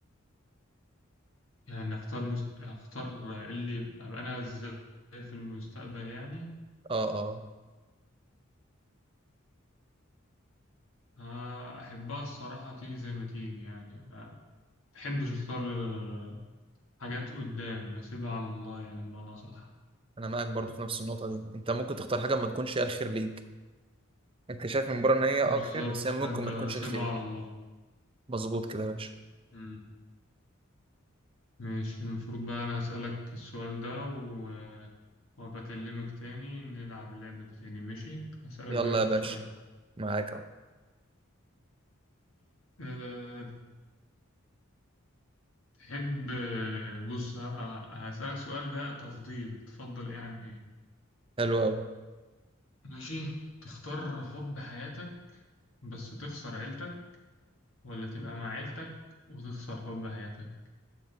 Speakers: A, on the left; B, on the right.
A: يعني اختار مست... اختار اللي يبقى أبقى انا ازاي في المستقبل يعني
B: اه اه
A: آه، أحبها الصراحة تيجي زي ما تيجي يعني ما بحبش أختار آه، حاجات قدام بسيبها على الله يعني بمعنى صح
B: انا معاك برضه في نفس النقطة دي انت ممكن تختار حاجة ما تكونش هي الخير ليك انت شايف من بره ان هي
A: بالظبط
B: اه الخير بس هي
A: فأنت
B: ممكن ما تكونش
A: سيبها
B: الخير
A: على الله
B: مظبوط كده يا باشا
A: مم. ماشي المفروض بقى أنا أسألك السؤال ده و... وبكلمك تاني نلعب اللعبة دي تاني ماشي هسألك
B: يلا
A: ده آخر
B: يا باشا
A: سؤال
B: معاك اهو
A: أه... تحب آه، بص ه- هسألك سؤال بقى تفضيل تفضل إيه عن إيه
B: حلو قوي
A: ماشي تختار حب حياتك بس تخسر عيلتك ولا تبقى مع عيلتك وتخسر حب حياتك